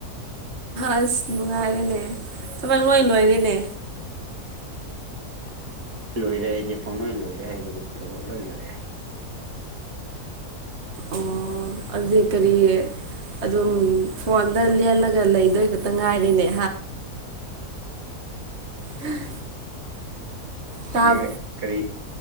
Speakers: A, on the right; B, on the right.
A: ꯑꯁ ꯅꯨꯡꯉꯥꯏꯔꯦꯅꯦ ꯊꯕꯛ ꯂꯣꯏ ꯂꯣꯏꯔꯦꯅꯦ
B: ꯂꯣꯏꯔꯦ ꯑꯩꯗꯤ ꯄꯨꯡꯂꯣꯏ ꯂꯣꯏꯔꯦ ꯍꯥꯏꯕꯒꯨꯝ ꯊꯕꯛ ꯂꯣꯏ ꯂꯣꯏꯔꯦ
A: ꯑꯣ ꯑꯗꯨ ꯀꯔꯤ ꯑꯗꯨꯝ ꯐꯣꯟꯗ ꯂꯦꯜꯂꯒ ꯂꯩꯗꯣꯏ ꯈꯛꯇ ꯉꯥꯏꯔꯤꯅꯦ ꯍꯝ ꯇꯞ
B: ꯑꯗꯣ ꯀꯔꯤ